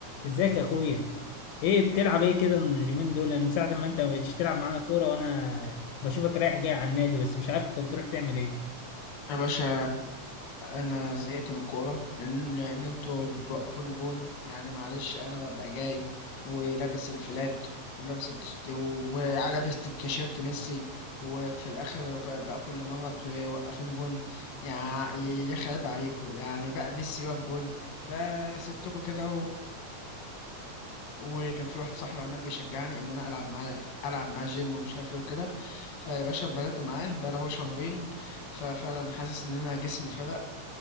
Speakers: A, on the left; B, on the left.
A: ازيك يا اخويا ايه بتلعب ايه كده اليومين دول من ساعة ما انت ما بقتش تلعب معانا كورة وانا بشوفك رايح جاي على النادي بس مش عارف انت بتروح تعمل ايه
B: يا باشا انا زهقت من الكوره لان لأن انتوا بتوقفوني جون يعني معلش انا ببقى جاي ولابس الفلات ولابس التس- ولابس التيشيرت ميسي وفي الاخر بقى كل مره توقفوني جون يا يا خرب عليكم يعني بقى ميسي واقف جون فسبتكم كده وكان في واحد صاحبي عمال بيشجعني ان انا العب معاه العب معاه جيم ومش عارف ايه وكده فيا باشا بدأت معاه بقاله هو شهرين ففعلا حاسس ان انا جسمي فرق